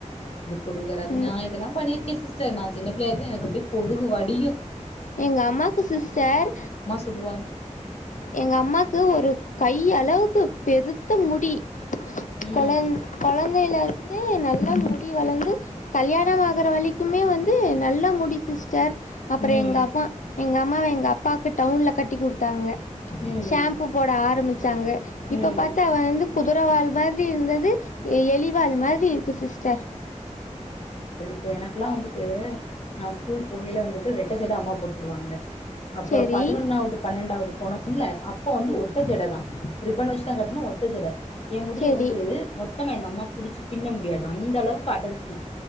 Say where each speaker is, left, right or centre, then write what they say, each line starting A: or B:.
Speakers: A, on the left; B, on the left.
A: கொடுக்குறது
B: ம்
A: நான் இதெல்லாம் பண்ணியிருக்கேன் சிஸ்டர் நான் சின்ன பிள்ளையா இருக்கைல எனக்கு அப்படியே பொடுகு வடியும்
B: எங்க அம்மாக்கு சிஸ்டர்
A: சொல்லுவாங்க
B: எங்க அம்மாக்கு ஒரு கை அளவு பெருத்த முடி
A: ம்
B: குழ குழந்தையில இருந்தே நல்ல முடி வளர்ந்து கல்யாணம் ஆகற வரைக்குமே வந்து நல்ல முடி சிஸ் டர் அப்பறம்
A: ம்
B: எங்க எங்க அம்மாவ எங்க அப்பாவுக்கு டவுன்ல கட்டி குடுத்தாங்க
A: ம்
B: ஷாம்பு போட ஆரம்பிச்சாங்க இப்ப
A: ம்
B: பார்த்த அவன் வந்து குதிரை வால் மாரி இருந்தது எலிவால் மாதிரி இருக்கு சிஸ்டர்
A: இப்போ எனக்குல்லாம் வந்துட்டு நா ஸ்கூல் போகையில வந்துட்டு ரெட்டை ஜடை அம்மா போட்டுவிடுவாங்க அப்பறம்
B: சரி
A: பதினொன்னாவது பன்னெண்டாவது போனோம்ல இப்ப வந்து ஒத்த ஜட தான் ரிப்பண் வச்சு தான் கட்டனும் ஒத் ஒத்தஜடை என் முடிய
B: சரி
A: வந்து மொத் தாம அம்மா புடிச்சு பின்ன முடியாது அந்த அளவுக்கு அடர்த்தி